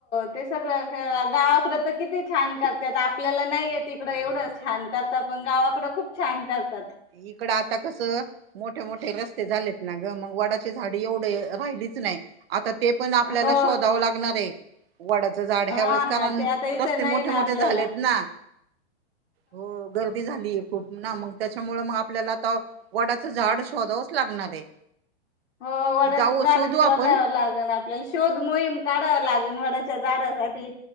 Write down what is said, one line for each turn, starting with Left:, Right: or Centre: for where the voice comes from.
Left: ते सगळं गावाकडं तर किती छान करत्यात आपल्याला नाही येतं तिकडं एवढंच. छान करतात पण गावाकड खूप छान करतात.
Right: इकडं आता कसं. मोठे मोठे रस्ते झालेत ना ग मग वडाची झाडी एवढे राहिलीच नाही. आता ते पण आपल्याला
Left: हो
Right: शोधावं लागणार आहे. वडाचं झाड
Left: हा
Right: ह्या वेळेस
Left: ना
Right: कारण
Left: ते आता इथं
Right: रस्ते
Left: नाही
Right: मोठे
Left: ना
Right: मोठे
Left: आपल्याला
Right: झालेत ना. हो गर्दी झालीय खूप ना मग त्या च्यामुळे मग आपल्याला आता वडाचं झाड शोधावंच लागणार आहे.
Left: हो वडाच
Right: जाऊ
Left: झाड
Right: शोधू
Left: शोधावं
Right: आपण
Left: लागन आपल्याला. शोध मोहीम काढाव लागेल वडाच्या झाडासाठी.